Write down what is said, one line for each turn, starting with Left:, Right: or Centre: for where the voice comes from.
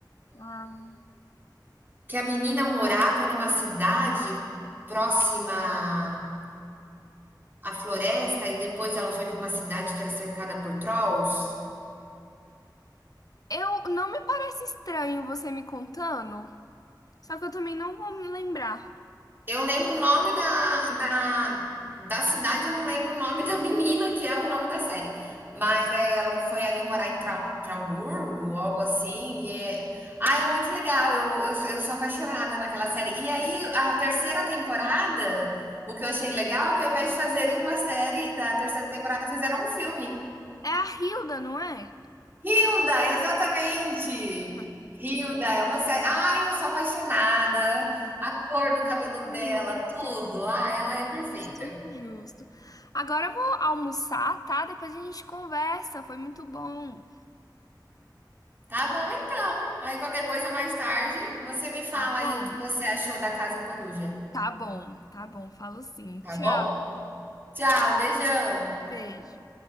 Left: Ah.
Right: Que a menina morava numa cidade próxima a floresta e depois ela foi para uma cidade que era cercada por trolls.
Left: Eu não me parece estranho você me contando, só que eu também não vou me lembrar.
Right: Eu lembro o nome da, da, da cidade, eu não lembro o nome da menina, que é o nome da série. Mas é, ela foi ali morar em Trau, Trauburgo, algo assim. E é... Ah, é muito legal. Eu, eu, eu sou apaixonada naquela série. E aí, a terceira temporada, o que eu achei legal é que ao invés de fazerem uma série da terceira temporada, fizeram um filme.
Left: É a Hilda, não é?
Right: Hilda, exatamente!
Left: É,
Right: Hilda é uma série. Ai, eu sou apaixonada. A cor do cabelo
Left: justo,
Right: dela, tudo. Ah, ela é perfeita.
Left: justo, justo. Agora eu vou almoçar, tá? Depois a gente conversa. Foi muito bom.
Right: Tá bom, então. Aí qualquer coisa mais tarde, você me fala
Left: Tá bom.
Right: aí o que você achou da Casa Coruja.
Left: Tá bom, tá bom. Falo sim.
Right: Tá
Left: Tchau.
Right: bom? Tchau, beijão.
Left: Beijo.